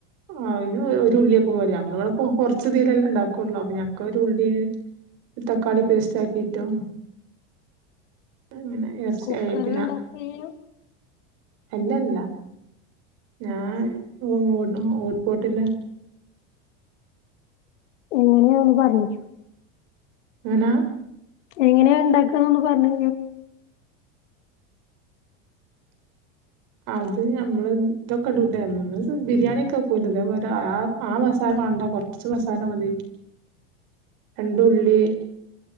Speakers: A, on the right; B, on the left.
A: അയിന് ഒരു ഉള്ളിയൊക്കെ പോരെ ഞങ്ങള് ഇവിടെ കൊറച്ച് തീലല്ലാംണ്ടാക്കുള്ളൂ ഞങ്ങക്ക ഒരു ഉള്ളി തക്കാളി പേസ്റ്റ് ആക്കിയിട്ടും അങ്ങനെ എർച്ചി
B: കുക്കറിൽ
A: ആയ പിന്നെ
B: ഉണ്ടാക്കിയ
A: അല്ലല്ല ഞാൻ <unintelligible> ഹോട്ട്പോർട്ടില്
B: എങ്ങനെയാ ഒന്ന് പറഞ്ഞരോ
A: എനാ
B: എങ്ങനെയാ ഉണ്ടാക്കന്ന് പറഞ്ഞ
A: അത് നമ്മള് ഇതൊക്കെ ഇടുലമ്മ ബിരിയാണി ഒക്കെ വെക്കൂലെ ഇതേപോലെ ആ ആ മസാല മാണ്ട ർച്ച് മസാല മതി. രണ്ട് ഉള്ളീ